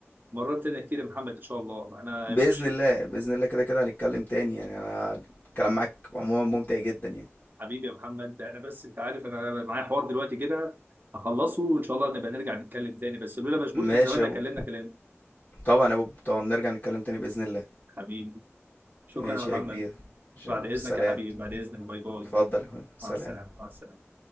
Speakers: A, on the right; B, on the left.
A: مرات تانية كتير يا محمد ان شاء الله انا
B: بإذن
A: مش
B: الله بإذن الله كده كده هنتكلم تاني يعني انا الكلام معاك عموما ممتع جدا يعني
A: حبيبي يا محمد انا بس انت عارف انا معايا حوار دلوقتي كده هخلصه وان شاء الله نبقى نرجع نتكلم تاني بس لولا مشغول
B: ماشي
A: كان زماننا
B: يا بوب
A: كلمنا كلام
B: طبعا يا بوب طبعا نرجع نتكلم تاني بإذن الله
A: حبيبي شكرا
B: ماشي
A: يا محمد
B: يا كبير شو
A: بعد اذنك
B: سلام
A: يا حبيبي بعد اذنك باي باي
B: اتفضل يا أخويا. سلام
A: مع السلامه مع السلامه